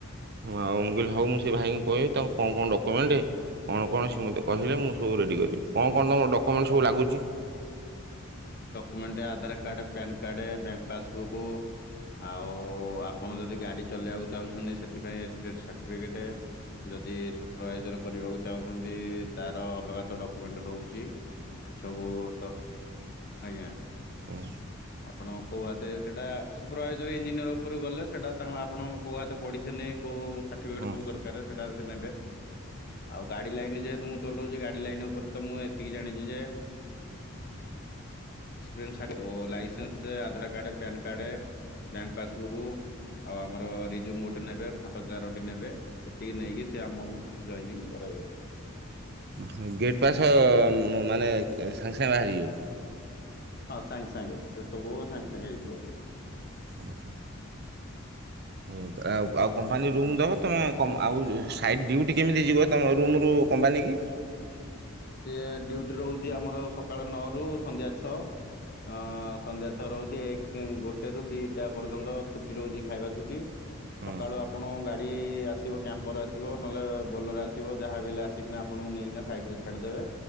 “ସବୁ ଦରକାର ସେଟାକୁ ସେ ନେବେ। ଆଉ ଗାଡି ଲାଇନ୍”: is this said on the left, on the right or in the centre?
Left